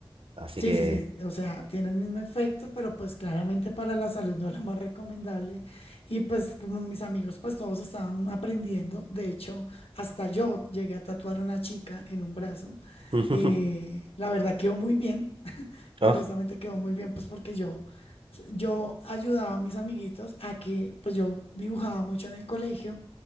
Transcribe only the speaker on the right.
Así
que.
<laughs>
Oh,